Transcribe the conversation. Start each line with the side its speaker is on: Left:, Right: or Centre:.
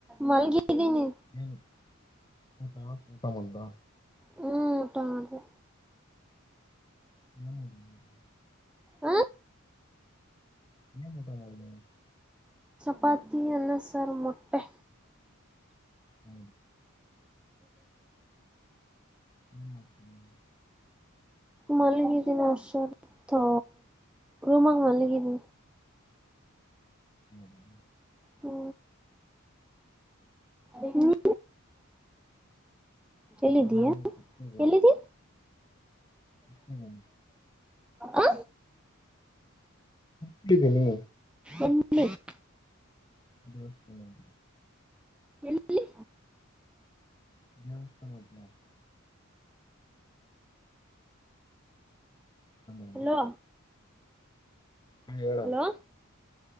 Centre: ಮಲ್ಗಿದ್ದೀನಿ
Left: ಏನ್ ಊಟ ಊಟ ಮಾಡಿದ
Centre: ಹ್ಮ ಊಟ ಮಾಡಿದೆ
Left: ಹ್ಮ.
Centre: ಆ.
Left: ಏನ ಊಟ ಮಾಡಿದ್ದಿಯಾ.
Centre: ಚಪಾತಿ ಅನ್ನ ಸಾರು ಮೊಟ್ಟೆ.
Left: ಹ. ಏನ್ ಮಾಡ್ತಾ ಇದಿಯಾ
Centre: ಮಲ್ಗಿದ್ದಿನಿ ಅಷ್ಟೆ ತ್ತೊ ರೂಮಲ್ಲಿ ಮಲಗಿದ್ದಿನಿ.
Left: ಹೌದಾ
Centre: ಓ. ನೀನು ಎಲ್ಲಿದ್ದಿಯಾ
Left: ನಾನು ಕುತ್ತಿದ್ದೀನಿ
Centre: ಎಲ್ಲಿದಿಯಾ.
Left: ಹ್ಮ್.
Centre: ಆ.
Left: ಟ್ಟಿದ್ದೀನಿ
Centre: ಒನ್ <unintelligible>
Left: ಹ್ಮ್ ಹ್ಮ್
Centre: ಎಲ್ ಲಿ
Left: ನ <unintelligible> ಅಮ
Centre: ಹಲೋ
Left: ಹಾ ಹೇಳು
Centre: ಹಲೋ